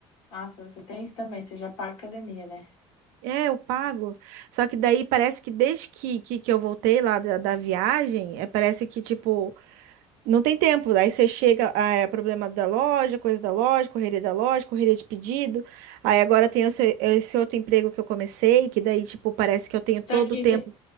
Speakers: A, on the left (about 80°); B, on the right (about 75°).
A: Nossa, você tem isso também, você já paga academia, né?
B: É, eu pago. Só que daí parece que desde que, que, que eu voltei lá da, da viagem, é, parece que, tipo, não tem tempo. Aí você chega, ah, é problema da loja, coisa da loja, correria da loja, correria de pedido. Aí agora tem esse, esse outro emprego que eu comecei, que daí, tipo, parece que eu tenho todo
A: Só que
B: o tempo.
A: você-